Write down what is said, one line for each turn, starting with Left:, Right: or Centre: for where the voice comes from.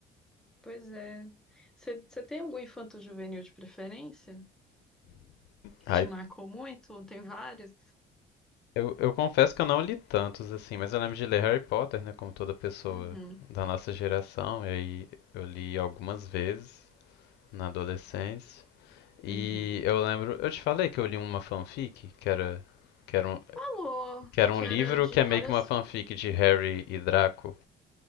Centre: Pois é. Você você tem algum infanto-juvenil de preferência que
Left: <laughs> Aí,
Centre: te marcou muito? Ou Tem vários?
Left: eu, eu confesso que eu não li tantos, assim, mas eu lembro de ler Harry Potter, né, como toda pessoa
Centre: Uhum,
Left: da nossa geração, e aí eu li algumas vezes na adolescência. E
Centre: uhum.
Left: eu lembro, eu te falei que eu li uma fanfic, que era, que era um,
Centre: Falou
Left: que era
Centre: que
Left: um livro
Centre: era de
Left: que
Centre: várias.
Left: é meio que uma fanfic de Harry e Draco.